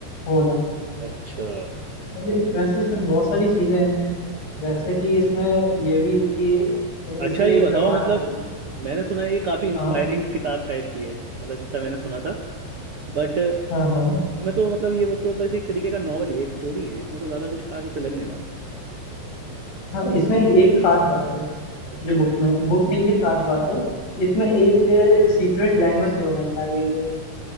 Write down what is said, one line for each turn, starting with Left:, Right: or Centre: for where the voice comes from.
Left: हो ना
Right: अच्छा
Left: वैसे वैसे इसमें बहुत सारी चीजें हैं जैसे कि इसमें ये भी है कि
Right: अच्छा
Left: इसे
Right: ये
Left: एक
Right: बताओ
Left: जबान
Right: मतलब
Left: आती थी
Right: मैंने सुना है ये काफ़ी इंस्पायरिंग
Left: हाँ
Right: किताब टाइप की है मतलब जितना मैंने सुना था बट
Left: हाँ हाँ
Right: मैं तो मतलब ये तो बस एक तरीके का नॉवल ही है एक स्टोरी है इसमें तो ज़्यादा कुछ खास ऐसे लग नहीं रहा
Left: हाँ इसमें एक खास बात है
Right: अच्छा
Left: जो बुक
Right: मतलब
Left: में बुक में ये खास बात है इसमें एक सीक्रेट लैंग्वेज के बारे में बताई गई है